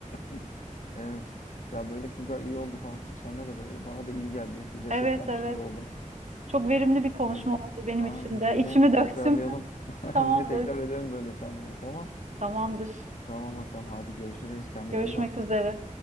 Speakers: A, on the left; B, on the right.
A: hı. Evet. Ya böyle Kübra iyi oldu konuştuk seninle de böyle bana da iyi geldi. Bir resetlenmiş
B: Evet evet.
A: gibi oldum.
B: Çok verimli bir konuşma
A: Öyle.
B: oldu benim
A: Aynen.
B: için de.
A: Yine
B: İçimi döktüm.
A: tekrarlayalım.
B: <laughs>
A: <laughs>
B: Tamamdır.
A: Yine tekrar edelim böyle seninle. Tamam.
B: Tamamdır.
A: Tamam bakalım. Hadi görüşürüz. Kendine
B: Görüşmek
A: iyi bak.
B: üzere.